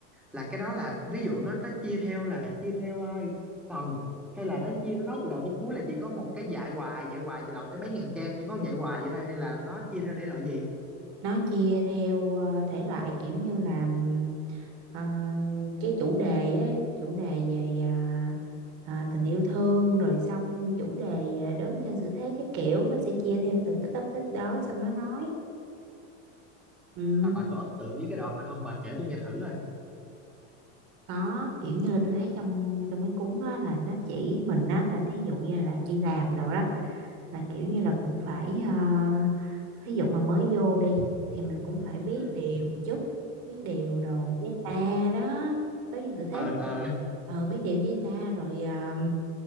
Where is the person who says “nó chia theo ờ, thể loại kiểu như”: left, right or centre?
Right